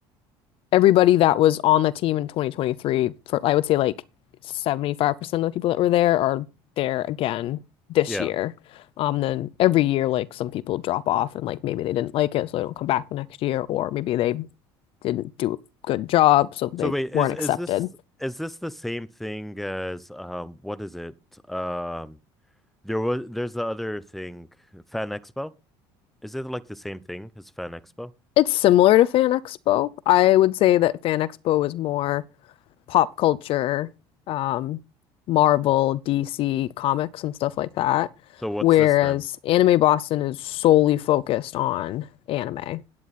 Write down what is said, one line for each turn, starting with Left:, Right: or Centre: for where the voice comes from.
Left: everybody that was on the team in 2023 for I would say like 75% of the people that were there are there again this
Centre: yeah.
Left: year. Um, then every year like some people drop off and like maybe they didn't like it so they don't come back the next year or maybe they didn't do a good job so they
Centre: So wait, is
Left: weren't
Centre: is
Left: accepted.
Centre: this is this the same thing as um what is it? Um there was there's the other thing, Fan Expo? Is it like the same thing as Fan Expo?
Left: It's similar to Fan Expo. I would say that Fan Expo was more pop culture, um, Marvel, DC comics and stuff like that.
Centre: So what's
Left: Whereas
Centre: this then?
Left: Anime Boston is solely focused on anime,